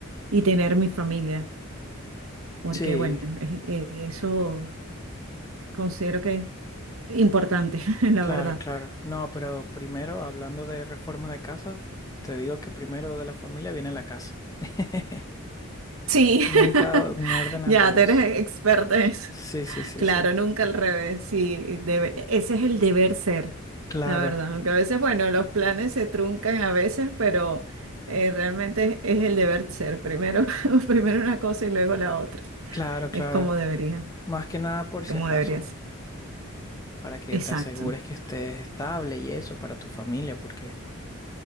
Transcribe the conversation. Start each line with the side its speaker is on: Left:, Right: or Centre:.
Right: y tener mi familia, porque
Left: sí,
Right: bueno, e- e- eso considero que es importante, <laughs> la
Left: claro,
Right: verdad.
Left: claro. No, pero primero, hablando de reformas de casa, te digo que primero de la familia viene la casa. <laughs>
Right: Sí,
Left: Nunca
Right: <laughs>
Left: un orden al
Right: ya,
Left: revés.
Right: tú eres experta en eso.
Left: Sí, sí, sí,
Right: Claro,
Left: sí.
Right: nunca al revés, sí, debe- ese es el deber ser,
Left: Claro,
Right: la verdad, aunque a veces, bueno, los planes se truncan a veces, pero eh, realmente es, es el deber ser, primero, <laughs> primero una cosa y luego la otra,
Left: claro, claro.
Right: es como debería,
Left: Más que nada por si
Right: como
Left: acaso,
Right: debería ser,
Left: para que
Right: exacto.
Left: te asegures que estés estable y eso para tu familia, porque